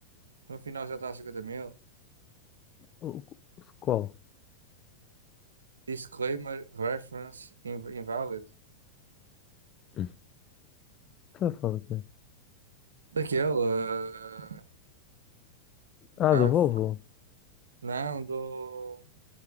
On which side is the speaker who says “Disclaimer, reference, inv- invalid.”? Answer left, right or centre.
Right